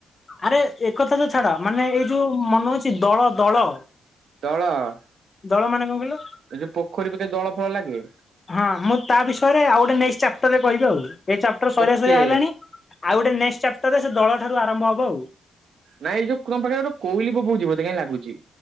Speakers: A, on the left; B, on the right.
A: ଆରେ ଏକଥା ତ ଛାଡ଼ ମାନେ ଏଇ ଯୋଉ ମନେ ଅଛି ଦଳ ଦଳ
B: ଦଳ <inaudible>
A: ଦଳ ମାନେ କଣ କହିଲ
B: ଏ ଯଉ ପୋଖରୀ <unintelligible> ଦଳ ଫଳ ଲାଗେ
A: ହଁ ମୁଁ ତା ବିଷୟରେ ଆଉ ଗୋଟେ ନେକ୍ସଟ ଚାପ୍ଟରରେ କହିବି ଆଉ। ଏ ଚାପ୍ଟର ସରିଆ
B: ଓକେ
A: ସରିଆ ହେଲାଣି। ଆଉ ଗୋଟେ ନେକ୍ସ ଚାପ୍ଟରରେ ସେ ଦଳ ଠାରୁ ଆରମ୍ଭ ହବ ଆଉ।
B: ନାଇଁ ଏ ଯୋଉ ତୁମ ପାଖରେ ଗୋଟେ କୋଇଲି ବୋବଉଛି ବୋଧେ କାଇଁ ଲାଗୁଛି।